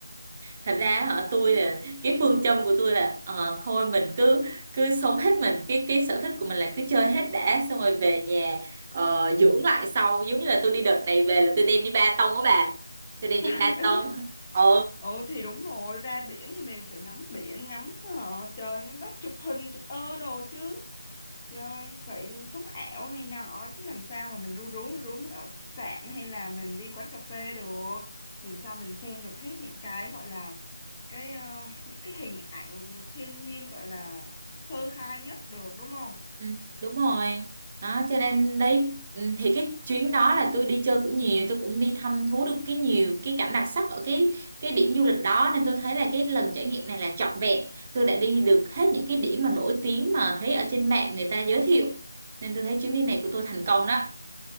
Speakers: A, on the right; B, on the left.
A: thật ra hả tôi
B: Đúng
A: là
B: rồi.
A: cái phương châm của tôi là ờ, thôi mình cứ cứ sống hết mình cái cái sở thích của mình là cứ chơi hết đã xong rồi về nhà ờ, dưỡng lại sau giống như là tôi đi đợt này về là tôi đem đi ba tông á bà tôi đem
B: <laughs>
A: đi ba tông ừ
B: ừ thì đúng rồi ra biển thì mình phải ngắm biển ngắm ờ, trời ngắm đất chụp hình chụp ơ đồ chứ chơi vậy là sống ảo này nọ chứ làm sao mà mình ru rú ru rú mình ở khách sạn hay là mình đi quán cà phê được thì làm sao mình xem được hết những cái gọi là cái ờ, những cái hình ảnh thiên nhiên gọi là sơ khai nhất được đúng không?
A: Ừ, đúng rồi đó cho nên đấy ừ, thì cái chuyến đó là tôi đi chơi cũng nhiều tôi cũng đi thăm thú được cái nhiều cái cảnh đặc sắc ở cái cái điểm du lịch đó nên tôi thấy là cái lần trải nghiệm này là trọn vẹn tôi đã đi được hết những cái điểm mà nổi tiếng mà thấy ở trên mạng người ta giới thiệu nên tôi thấy chuyến đi này của tôi thành công đó,